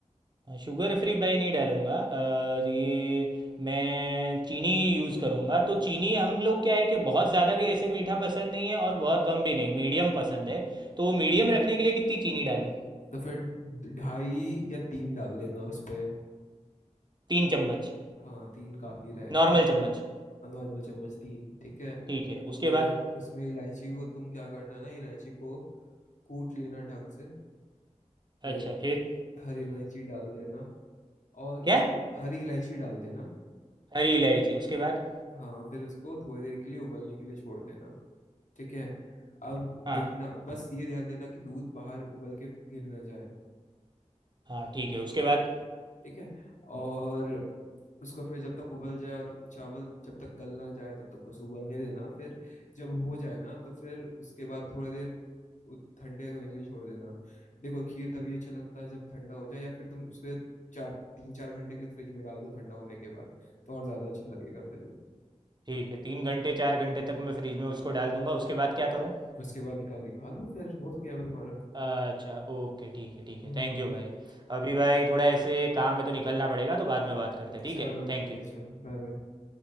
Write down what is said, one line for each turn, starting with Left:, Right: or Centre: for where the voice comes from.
Right: हाँ, शुगर फ्री भाई नहीं डालूंगा अ, ये मैं चीनी यूज़ करूंगा तो चीनी हम लोग क्या है कि बहुत ज़्यादा भी ऐसे मीठा पसंद नहीं है और बहुत कम भी नहीं मीडियम पसंद है तो मीडियम रखने के लिए कितनी चीनी डालूं
Left: तो फिर ढाई या तीन डाल देना उस पे
Right: तीन चम्मच
Left: हाँ तीन काफ़ी रहेगा
Right: नॉर्मल चम्मच
Left: नॉर्मल चम्मच तीन ठीक है
Right: ठीक है उसके
Left: फिर
Right: बाद
Left: उसमें इलायची को तुम क्या करना ना इलायची को कूट लेना ढंग से फिर
Right: अच्छा फिर
Left: हरी इलायची डाल देना और
Right: क्या
Left: उसको हरी इलायची डाल देना
Right: हरी इलायची उसके बाद
Left: हाँ फिर उसको थोड़ी देर के लिए उबलने के लिए छोड़ देना ठीक है अब
Right: हाँ
Left: देखना बस ये ध्यान देना कि दूध बाहर उबल के गिर ना जाए
Right: हाँ ठीक है उसके बाद
Left: ठीक है और उसको फिर जब तक उबल जाए और चावल जब तक गल ना जाए तब तक उसको उबलने देना फिर जब हो जाए ना तो फिर उसके बाद थोड़ी देर उ- ठंडे होने के लिए छोड़ देना देखो खीर तभी अच्छा लगता है जब ठंडा हो जाए या फिर तुम उसके चार तीन चार घंटे के लिए फ्रिज में डाल दो ठंडा होने के बाद तो और ज्यादा अच्छा लगेगा फिर वो
Right: ठीक है तीन घंटे चार घंटे तक मैं फ्रिज में उसको डाल दूंगा उसके बाद क्या करूँ
Left: उसके बाद निकाल के खा लो फिर हो गया वो तुम्हारा
Right: अच्छा ओके ठीक है ठीक
Left: हम्म
Right: है थैंक यू भाई अभी भाई थोड़ा ऐसे काम में तो निकलना पड़ेगा तो बाद में बात करते हैं, ठीक
Left: चलो
Right: है थैंक
Left: ठीक
Right: यू
Left: है चलो बाय बाय